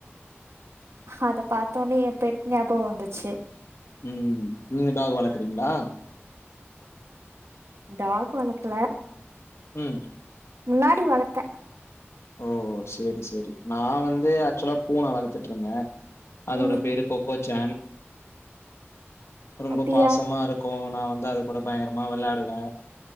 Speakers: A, on the right; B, on the left.
A: அத பார்த்தோனே என் பெட் ஞாபகம் வந்துச்சு
B: உம் நீங்க டாக் வளர்க்குறீங்களா
A: டாக் வளக்கல
B: உம்
A: முன்னாடி வளத்தே
B: ஓ சரி சரி நா வந்து ஆக்சுவலா பூன வளர்த்துட்டு இருந்தேன் அதோட
A: ம்
B: பேரு கொக்கோச் ஜான் ரொம்ப
A: அப்டியா
B: பாசமா இருக்கும் நா வந்து அது கூட பயங்கரமா விளையாடுவேன்